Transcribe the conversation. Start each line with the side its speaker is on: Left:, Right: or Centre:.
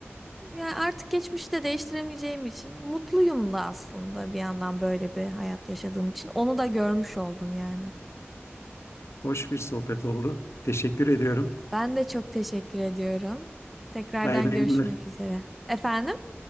Centre: yani artık geçmişte değiştiremeyeceğim için mutluyum da aslında bir yandan böyle bir hayat yaşadığım için. Onu da görmüş oldum yani.
Left: Hoş bir sohbet oldu. Teşekkür ediyorum.
Centre: Ben de çok teşekkür ediyorum. Tekrardan
Left: Hayırlı
Centre: görüşmek
Left: günler.
Centre: üzere. Efendim?